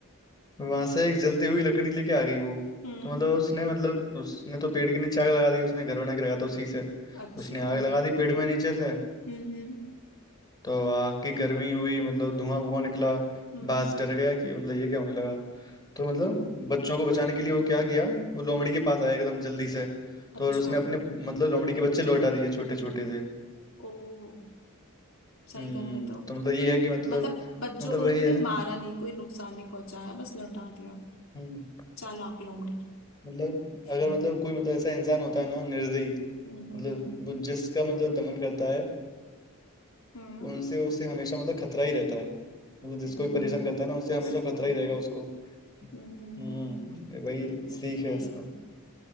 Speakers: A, on the left (about 20°); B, on the left (about 65°).
A: वहां से एक जलती हुई लकड़ी लेके आ गई वो
B: हम्म
A: तो मतलब उसने मतलब उसने तो पेड़ के नीचे आग लगा दी उसने घर बना के रखा था उसी से
B: अच्छा
A: उसने
B: हम्म
A: आग लगा दी पेड़ में नीचे से
B: हम्म
A: तो आग की गर्मी हुई मतलब धुआं धुआं निकला
B: हम्म,
A: बाज डर गया कि मतलब ये क्या होने लगा तो मतलब बच्चों को बचाने के लिए वो क्या किया वो लोमड़ी के पास आया एकदम जल्दी से तो
B: अच्छा
A: और उसने अपने मतलब लोमड़ी के बच्चे लौटा दिए छोटे छोटे से
B: ओ सही
A: हम्म
B: करा है तो
A: तो मतलब ये है कि मतलब
B: मतलब बच्चों
A: मतलब
B: को
A: वही
B: उसने
A: है
B: मारा नहीं कोई नुकसान नहीं पहुंचाया बस लौटा दिया
A: हम्म
B: चालाक लोमड़ी
A: मतलब
B: हम्म
A: अगर मतलब कोई मतलब ऐसा इंसान होता है ना निर्दयी
B: हम्म
A: मतलब
B: हम्म
A: वो जिसका मतलब दमन करता है
B: हम्म
A: उनसे उसे हमेशा मतलब खतरा ही रहता है मतलब जिसको
B: हम्म,
A: भी परेशान
B: हम्म,
A: करता है ना उनसे हमेशा
B: बस कोई
A: खतरा ही रहेगा उसको
B: हम्म हम्म,
A: हम्म
B: हम्म,
A: ये वही
B: ये
A: सीख
B: तो है
A: है इसका
B: ही